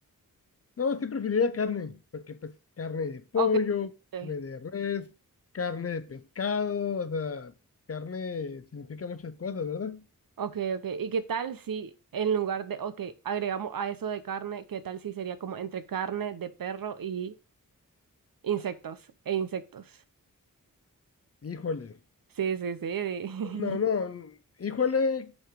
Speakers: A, on the left; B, on the right.
A: No, sí preferiría carne, porque pues carne de pollo,
B: ok, ok,
A: carne de res, carne de pescado, o sea, carne significa muchas cosas, ¿verdad?
B: ok, ok. ¿Y qué tal si en lugar de, ok, agregamos a eso de carne, qué tal si sería como entre carne de perro y insectos, e insectos?
A: Híjole,
B: Sí, sí, sí. de- <laughs>
A: no, no, n- híjole